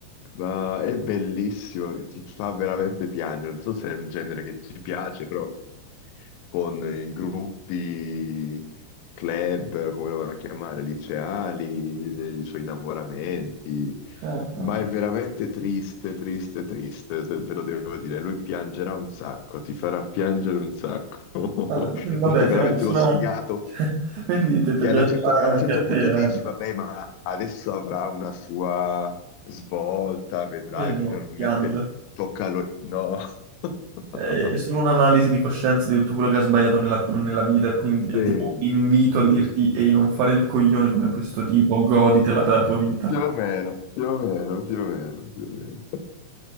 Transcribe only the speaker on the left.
Ma è bellissimo, ti fa veramente piangere. Non so se è un genere che ti piace, però con i gruppi, club, come lo vuoi chiamare, liceali, i suoi innamoramenti.
Ma è veramente triste, triste, triste, se te lo devo dire. Lui piangerà un sacco, ti farà piangere un sacco.
<laughs>
Perché
veramente
lo sfigato
che
alla certa- a
un certo
punto ti dici,
vabbè, ma adesso avrà una sua svolta, vedrai,
finalmente
tocca a lui. No. <laughs>
Sì,
sì.
Più o meno, più o meno, più o meno, più o meno.